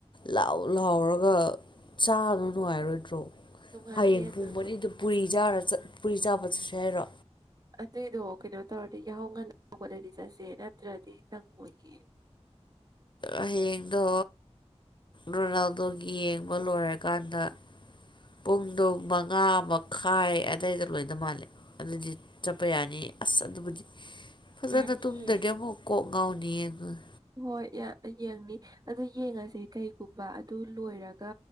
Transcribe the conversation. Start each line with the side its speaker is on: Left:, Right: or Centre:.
Left: ꯂꯥꯎ ꯂꯥꯎꯔꯒ ꯆꯥꯕꯗ ꯅꯨꯡꯉꯥꯏꯔꯣꯏꯗ꯭ꯔꯣ
Right: ꯅꯨꯡꯉꯥꯏꯅꯤ
Left: ꯍꯌꯦꯡ
Right: ꯑꯗꯨꯁꯨ
Left: ꯄꯨꯡ ꯃꯔꯤꯗ ꯄꯨꯔꯤ ꯆꯥꯔ ꯆꯠ ꯄꯨꯔꯤ ꯆꯥꯕ ꯆꯠꯁꯤ ꯍꯥꯏꯔꯣ
Right: ꯑꯗꯨꯏꯗꯣ ꯀꯩꯅꯣ ꯇꯧꯔꯗꯤ ꯌꯥꯍꯧ ꯉꯟꯅ ꯍꯧꯒꯠꯂꯗꯤ ꯆꯠꯁꯦ ꯅꯠꯇ꯭ꯔꯗꯤ ꯅꯪꯑꯣꯏꯌꯦ
Left: ꯑꯥ ꯍꯌꯦꯡꯗꯣ ꯔꯣꯅꯥꯜꯗꯣꯒꯤ ꯌꯦꯡꯕ ꯂꯣꯏꯔꯀꯥꯟꯗ ꯄꯨꯡꯗꯣ ꯃꯉꯥ ꯃꯛ ꯈꯥꯏ ꯑꯗꯩꯗ ꯂꯣꯏꯗꯣ ꯃꯥꯜꯂꯦ ꯑꯗꯨꯗꯤ ꯆꯠꯄ ꯌꯥꯅꯤ ꯑꯁ ꯑꯗꯨꯕꯨꯗꯤ ꯐꯖꯅ
Right: ꯌꯥꯅꯤꯌꯦ
Left: ꯇꯨꯝꯗ꯭ꯔꯗꯤ ꯑꯃꯨꯛ ꯀꯣꯛ ꯉꯥꯎꯅꯤꯌꯦ ꯑꯉꯥꯡ
Right: ꯍꯣꯏ ꯌꯥ ꯌꯦꯡꯅꯤ ꯑꯗꯨ ꯌꯦꯡꯉꯁꯦ ꯀꯩꯒꯨꯝꯕ ꯑꯥ ꯗꯨ ꯂꯣꯏꯔꯒ